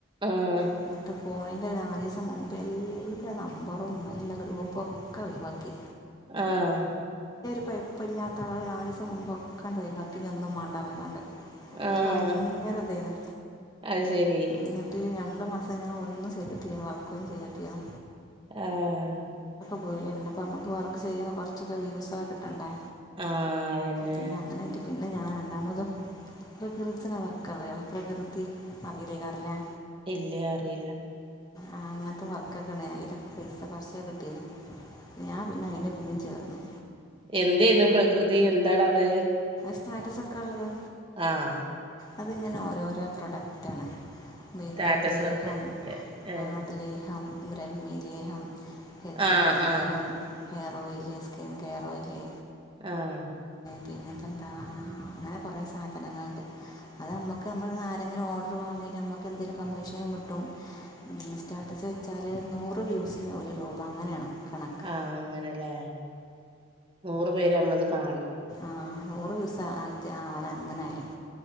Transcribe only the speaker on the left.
എന്നിട്ട് ഫോണിൻ്റെ നാല് ദിവസം മുമ്പ് എല്ലാ നമ്പറും എല്ല ഗ്രൂപ്പുംൊക്കെ ഒഴിവാക്കി
അപ്പോൾ എപ്പം ഇാത്ത ആൾ ആാവു്യം മുമ്പ്ൊക്കണ്ടണ്ട് വര കത്തിനൊന്നും മണ്ടിറങ്ങാണ്ട് ഇട്ടക്ക്
ഭയങ്കര ഇതായിന്ന
എന്നിട്ട് ഞ ഒരു മാസ ഞങ്ങള ഒന്ന ചെയ്തിട്ടരിക്കരുന്നു വർക്ക് ഒന്നന്ന് ചെയ്തിട്ട്ാണ്
പോലേ പിെ അം നമുക്ക് വർക്ക് ചെയ്യുമ്പോൾ കുറച്ചൊക്കെ്യൂൊക്കെ കിട്ടണ്ടേ
പിന്നെ അങ്ങനൊയിട്ട് പിന്നെ അ ഞാൻ രണ്ടാമതോ പ്രകൃതിന വർക്കറിയോ പ്രകൃതി അറിയില്ലക്കാറല്ലേ
ആ അങ്ങനത്തെ വർക്കൊക്കണേ അതിലൊക്കെ പൈസ കുറച്ച കിട്ടീന്ന് ഞാൻ പിന്നെ അതിനെ പിന്ന ചേർന്നു
സ്റ്റാറ്റസ് ഒക്കെ ഉള്ളത്
അത്ങ്ങനെ ഓരോരോ പ്രൊഡക്റ്റ് ആണ് വേട്ടോട്ട്
ലേഹം
ആടലേഹം ബ്രഹ്മി ലേഹം എത്ര
അറഹം
hair oil skin care oil
പിന്നെ ഇപ്പോൾ എന്താ അങ്ങനെ കുറേ സാധനങ്ങളുണ്ട് അത് നമുക്ക് നമ്മൾന്ന് ആരെങ്കിലും ഓർഡർ വങ്ങി ന നമുക്ക് എന്തേങ്കിലും കമ്മീഷനും കിട്ടും സ്റ്റാറ്റസ് വെച്ചാൽ നൂറ് വ്യൂസിന് ഒരു രൂപ അങ്ങനെയാണ് കണക്ക്
ആഹ് നൂറ് വ്യൂസ് ആയിട്ട് ആവണം അങ്ങനൊയാലും